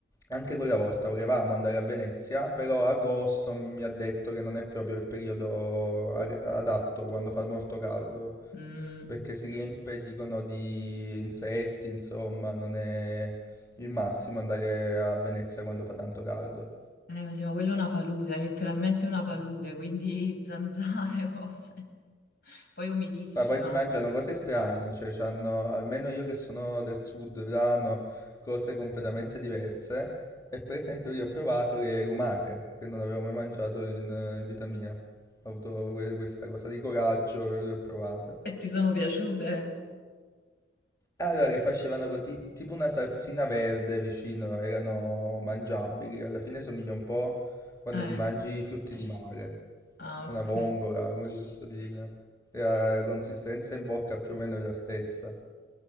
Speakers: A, on the left; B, on the left.
A: anche quella volta volevamo andare a Venezia, però agosto mi ha detto che non è proprio il periodo ag- adatto quando fa molto caldo,
B: mm.
A: perché si riempie, dicono, di insetti, insomma, non è il massimo andare a Venezia quando fa tanto caldo.
B: Eh, ma sì, ma quello è una palude, è letteralmente una palude, quindi zanzare, <laughs> cose. Poi umidissima.
A: Ma poi si mangiano cose strane, cioè c'hanno, almeno io che sono del sud, hanno cose completamente diverse. E per esempio io ho provato le lumache, che non avevo mai mangiato in, in vita mia. Ho avuto que- questa cosa di coraggio e le ho provate.
B: E ti sono piaciute?
A: E Allora le facevano con ti- tipo una salsina verde vicino, erano mangiabili, alla fine somiglia un po' quando
B: Eh,
A: ti mangi i frutti di mare,
B: ah,
A: una
B: ok.
A: vongola, come ti posso dire. E La, la consistenza in bocca più o meno è la stessa.